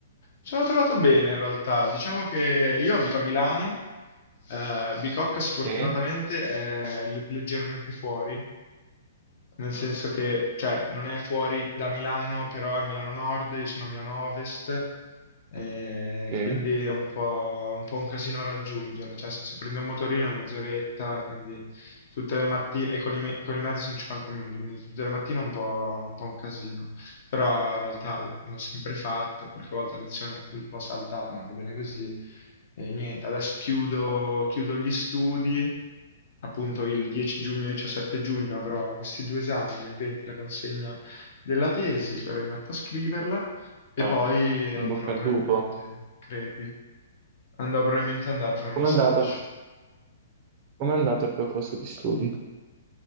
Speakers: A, on the left; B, on the right.
A: Ci sono trovato bene in realtà, diciamo che io abito a Milano, eh, Bicocca sfortunatamente
B: Sì,
A: è le- leggermente fuori, nel senso che, cioè, non è fuori da Milano, però è Milano Nord, io sono a Milano Ovest, eh,
B: sì.
A: quindi è un po', un po' un casino raggiungerla. Cioè, se, se prendo un motorino è mezz'oretta, quindi tutte le mattine, e con i, me- con i mezzi sono 50 minuti, quindi tutte le mattine è un po', un po' un casino. Però in realtà l'ho sempre fatto, qualche volta a lezione l'ho saltata, ma va bene così. E niente, adesso chiudo, chiudo gli studi, appunto il 10 giugno, 17 giugno avrò questi due esami, il 20 la consegna della tesi, però mi metto a scriverla e
B: Ah.
A: poi andrò
B: In bocca
A: probabilmente,
B: al lupo.
A: crepi, andrò probabilmente ad andare a fare uno
B: Com'è
A: stage.
B: andato? Com'è andato il percorso di studi?